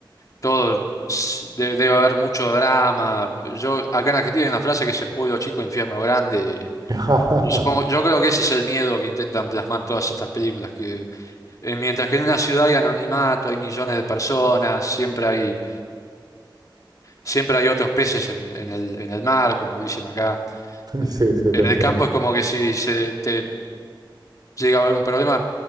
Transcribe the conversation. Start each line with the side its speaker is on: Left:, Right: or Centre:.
Left: todo s- de- debe haber mucho drama. Yo acá en Argentina hay una frase que es el pueblo chico, infierno grande. y
Right: <laughs>
Left: yo supongo, yo creo que ese es el miedo que intentan plasmar todas estas películas, que eh, mientras que en una ciudad hay anonimato, hay millones de personas, siempre hay, siempre hay otros peces en el, en el en el mar, como dicen acá. Eh,
Right: Sí, sí,
Left: en
Right: te entiendo.
Left: el campo es como que si se te llega a haber un problema.